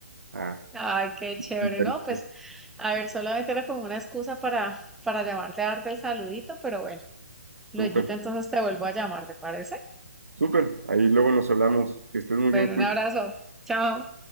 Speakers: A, on the right (about 70°); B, in the centre.
A: a, a-
B: Ay, qué chévere,
A: al Tarito.
B: ¿no? Pues, a ver, solamente era como una excusa para, para llamarte a darte el saludito, pero bueno. Lueguito,
A: Súper,
B: entonces te vuelvo a llamar, ¿te parece?
A: súper. Ahí luego nos hablamos. Que estés muy
B: Bueno,
A: bien, Julio.
B: un abrazo. Chao.